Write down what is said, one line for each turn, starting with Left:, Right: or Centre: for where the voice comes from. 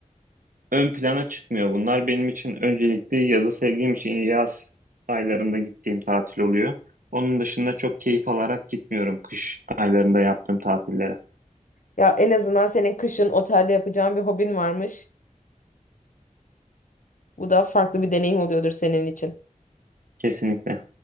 Right: ön plana çıkmıyor bunlar. Benim için öncelikli yazı sevdiğim için yaz aylarında gittiğim tatil oluyor. Onun dışında çok keyif alarak gitmiyorum kış aylarında yaptığım tatillere.
Left: Ya en azından senin kışın otelde yapacağın bir hobin varmış. Bu da farklı bir deneyim oluyordur senin için.
Right: Kesinlikle.